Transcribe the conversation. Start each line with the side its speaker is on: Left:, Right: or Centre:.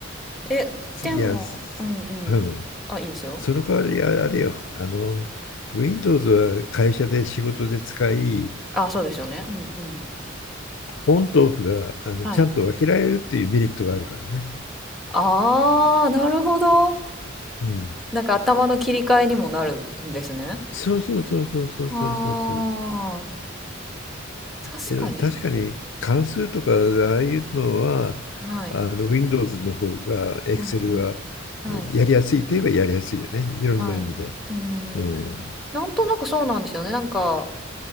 Centre: え、でも、
Left: いや、すうん
Centre: うんうん。あ、いいですよ。
Left: その代わりああれよ、
Centre: うん。
Left: あの、Windows は会社で仕事で使い、
Centre: あ、そうですよね。うんうん。
Left: オンとオフがあのちゃんと分けられるっていうメリットがあるからね。
Centre: はい。ああ、なるほど。
Left: うん。
Centre: なんか頭の切り替えにもなるんですね。
Left: そうそうそうそうそうそうそうそう。
Centre: はあ、確かに。
Left: で、確かに関数とかああいうのは、
Centre: はい。
Left: あの Windows の方が Excel
Centre: うんうん。
Left: は
Centre: はい。
Left: やりやすいといえばやりやすいよね。いろんな意味で。
Centre: はい。うーん。
Left: うん。
Centre: なんとなくそうなんですよね。なんか、